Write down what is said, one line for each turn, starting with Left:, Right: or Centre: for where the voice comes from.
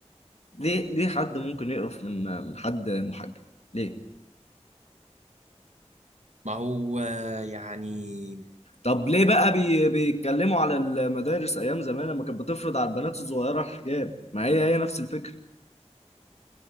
Left: ليه ليه حد ممكن يقرف من من حد محجب ليه
Right: ما هو آه، يعني
Left: طب ليه بقى بي بيتكلموا على المدارس ايام زمان لما كانت بتفرض على البنات الصغيرة الحجاب ما هي هي نفس الفكرة